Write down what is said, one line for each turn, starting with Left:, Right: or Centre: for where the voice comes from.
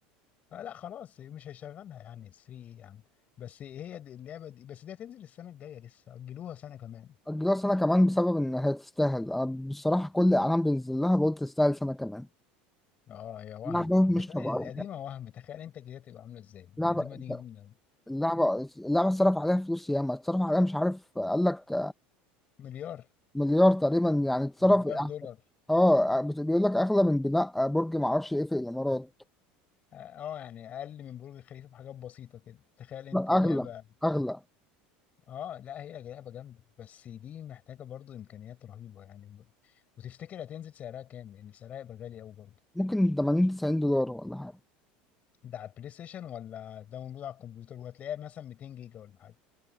Left: آه لا خلاص مش هيشغلها يعني 3 ايه يعني بس هي دي اللعبه دي بس دي هتنزل السنه الجايه لسه اجلوها سنه كمان
Centre: اجلها سنه كمان بسبب ان هي تستاهل انا بصراحه كل اعلان بينزل لها بقول تستاهل سنه كمان
Left: اه يا وهم
Centre: لعبه
Left: اذا
Centre: مش
Left: كان
Centre: طبيعيه
Left: القديمه وهم تخيل انت كده تبقى عامله ازاي
Centre: لعبه
Left: القديمه دي جامده
Centre: اللعبه اللعبه اتصرف عليها فلوس ياما اتصرف عليها مش عارف قال لك
Left: مليار
Centre: مليار تقريبا يعني اتصرف
Left: مليار دولار
Centre: اه آه، بت- بيقول لك اغلى من بناء برج معرفش ايه في الامارات
Left: اه آه، يعني اقل من برج الخليفه بحاجات بسيطه كده تخيل انت
Centre: لا
Left: لعبه
Centre: اغلى اغلى
Left: اه لا هي لعبه جامده بس دي محتاجه برضو امكانيات رهيبه يعني وتفتكر هتنزل سعرها كام لان سعرها هيبقى غالي قوي برضو
Centre: ممكن 80 90 دولار ولا حاجة
Left: ده على البلاي ستيشن ولا داونلود على الكمبيوتر وهتلاقيها مثلا 200 جيجا ولا حاجه